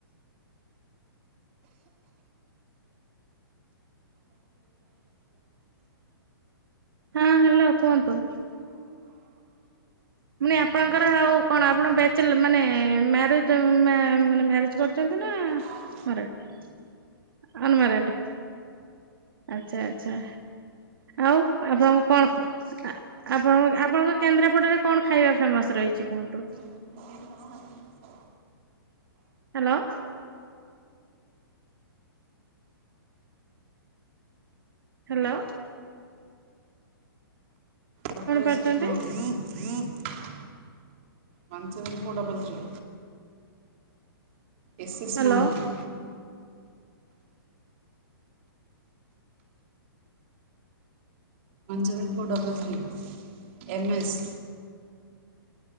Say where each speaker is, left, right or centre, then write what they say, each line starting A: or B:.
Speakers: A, on the right; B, on the right.
A: ହଁ ହ୍ୟାଲୋ କୁହନ୍ତୁ? ପୁଣି ଆପଣଙ୍କର ଆଉ କଣ ଆପଣ ବ୍ୟାଚ ମାନେ ମାରେଜ ମା-ମାନେ ମ୍ୟାରେଜ କରିଛନ୍ତି?
B: ହ
A: ମ୍ୟାରେଡ ଅନମ୍ୟାରେଡ଼। ଆଚ୍ଛା ଆଚ୍ଛା। ଆଉ ଆପଣଙ୍କୁ କଣ ଆ ଆପଣଙ୍କ ଆପଣଙ୍କ କେନ୍ଦ୍ରାପଡରେ କଣ ଖାଇବା ଫେମସ ର ରହିଛି କୁହନ୍ତୁ।
B: ହଁ।
A: Hello hello.
B: <unintelligible>
A: ପାରୁଛନ୍ତି
B: one seven four double three. Yes yes
A: hello
B: ମାହା one seven four double three M S.